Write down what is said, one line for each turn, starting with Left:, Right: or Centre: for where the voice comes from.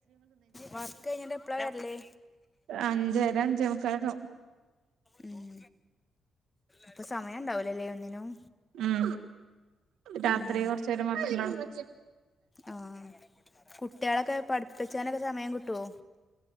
Left: വർക്ക് കഴിഞ്ഞിട്ട് എപ്പോഴാണ് വരലേ
Right: അഞ്ചര അഞ്ചേമുക്കാലക്കവും
Left: ഉം അപ്പൊ സമയണ്ടാവുലല്ലേ ഒന്നിനും
Right: ഉം രാത്രി
Left: ഉം.
Right: കൊർച്ചേരമാത്രണ്ടാവു
Left: ആ കുട്ടിളെക്കെ പഠിപ്പിച്ചാനൊക്കെ സമയം കിട്ടോ